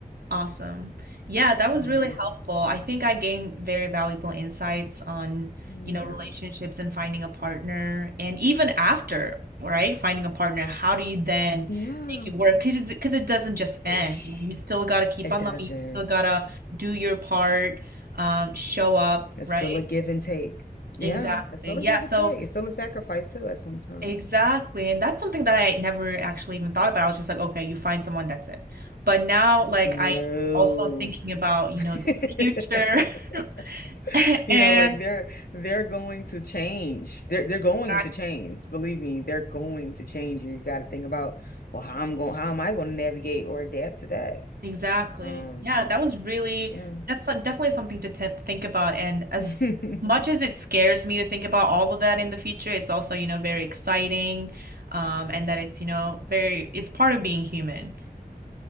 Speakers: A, on the right (about 80°); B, on the left (about 80°).
A: Awesome. Yeah, that
B: Yeah.
A: was really helpful. I think I gained very valuable insights on,
B: Yeah.
A: you know, relationships and finding a partner. And even after, right, finding a partner, how do you then
B: Yeah,
A: make it work? Because it's, because it doesn't just
B: Ish.
A: end. You know, you still got to keep
B: it
A: on
B: doesn't.
A: loving, you still got to do your part, um, show up,
B: It's
A: right?
B: still a give and take. Yeah,
A: Exactly.
B: it's still a
A: Yeah.
B: give
A: So
B: and take. It's still a sacrifice too at sometimes.
A: Exactly. And that's something that I never actually even thought about. I was just like, okay, you find someone, that's it. But now, like,
B: No.
A: I'm also thinking about, you
B: <laughs>
A: know, the future. <laughs> And
B: You know, like they're they're going to change. They're they're going
A: that,
B: to change. Believe me, they're going to change. You got to think about, well, how I'm going, how am I going to navigate or adapt to that?
A: exactly.
B: Um,
A: Yeah, that was really,
B: yeah.
A: that's like, definitely something to t think about. And as
B: <laughs>
A: much as it scares me to think about all of that in the future, it's also, you know, very exciting. Um, and that it's, you know, very, it's part of being human.